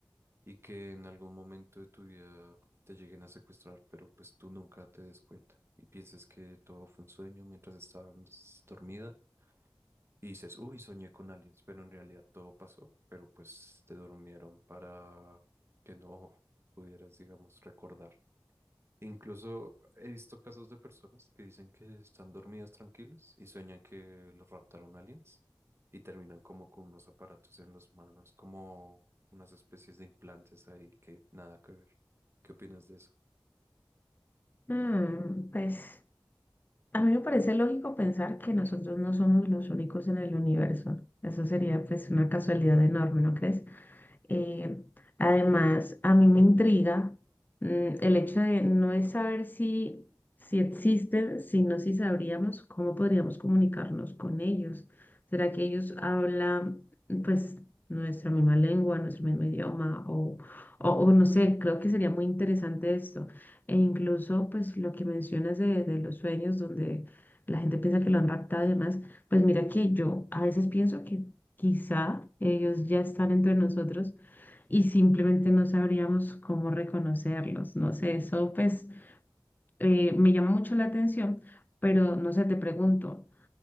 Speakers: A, on the right; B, on the left.
A: y que en algún momento de tu vida te lleguen a secuestrar, pero pues tú nunca te des cuenta y pienses que todo fue un sueño mientras estabas dormida y dices, uy, soñé con aliens, pero en realidad todo pasó, pero pues te durmieron para que no pudieras, digamos, recordar. Incluso he visto casos de personas que dicen que están dormidas tranquilas y sueñan que los raptaron aliens y terminan como con unos aparatos en las manos, como unas especies de implantes ahí que nada que ver. ¿Qué opinas de eso?
B: Mm, pues a mí me parece lógico pensar que nosotros no somos los únicos en el universo. Eso sería pues una casualidad enorme, ¿no crees? Eh, además, a mí me intriga mm, el hecho de no es saber si, si existen, sino si sabríamos cómo podríamos comunicarnos con ellos. ¿Será que ellos hablan, pues, nuestra misma lengua, nuestro mismo idioma? O, o, o no sé, creo que sería muy interesante esto. E incluso, pues, lo que mencionas de, de los sueños, donde la gente piensa que lo han raptado y demás, pues mira que yo a veces pienso que quizá ellos ya están entre nosotros y simplemente no sabríamos cómo reconocerlos. No sé, eso pues eh, me llama mucho la atención, pero no sé, te pregunto,